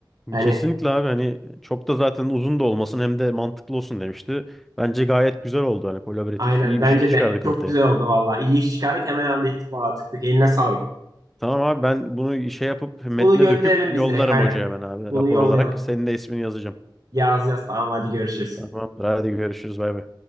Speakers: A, on the right (about 50°); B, in the centre.
A: Yani
B: Kesinlikle abi hani çok da zaten uzun da olmasın hem de mantıklı olsun demişti. Bence gayet güzel oldu hani kolaboratif
A: Aynen
B: iyi
A: bence
B: bir şey çıkardık
A: de çok
B: ortaya.
A: güzel oldu valla. İyi iş çıkardık hemen halde ettik valla tık tık eline sağlık.
B: Tamam abi ben bunu şey yapıp metne
A: Bunu gönderelim
B: döküp yollarım
A: biz direkt aynen.
B: hocaya ben abi
A: Bunu
B: rapor
A: yollayalım.
B: olarak. Senin de ismini yazacağım.
A: Yaz yaz tamam hadi görüşürüz.
B: Tamamdır. Hadi görüşürüz. Bay bay.